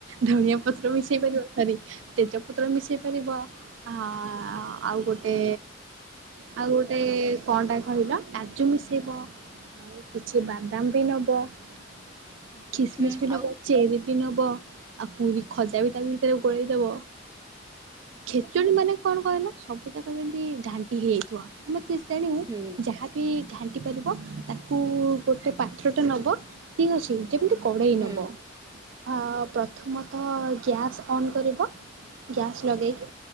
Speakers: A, on the right; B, on the right.
A: ଧଣିଆ ପତ୍ର ମିଶେଇ ପାରିବ ତେଜପତ୍ର ମିଶେଇ ପାରିବ ଆ ଆଉ ଗୋଟେ ଆଉ ଗୋଟେ କଣ ଟା କହିଲ କାଜୁ ମିଶେଇବ। ଆଉ କିଛି ବାଦାମ ବି ନବ ଆ ଖିସମିସ
B: ହୁଁ
A: ବି ନବ
B: ଆଉ
A: ଚେରି ବି ନବ ଆଉ ପୁରୀ ଖଜା ବି ତା ଭିତରେ ଗୋଳେଇ ଦେବ। ଖେଚୁଡି ମାନେ କଣ କହିଲ? ସବୁ ଯାକ ଯେମିତି ଘାଣ୍ଟି ହେଇଯାଇଥିବ, ତମ ତେ ତେଣିବୁ
B: ହୁଁ
A: ଯାହା ବି ଘାଣ୍ଟି ପାରିବ ତାକୁ ଗୋଟେ ପାତ୍ରଟେ ନବ ଠିକ ଅଛି। ଯେମିତି କଡେଇ
B: ହୁଁ
A: ନବ। ବ ଆଁ ପ୍ରଥମତଃ ଗ୍ୟାସ୍ ଅନ କରିବ। ଗ୍ୟାସ୍ ଲଗେଇକି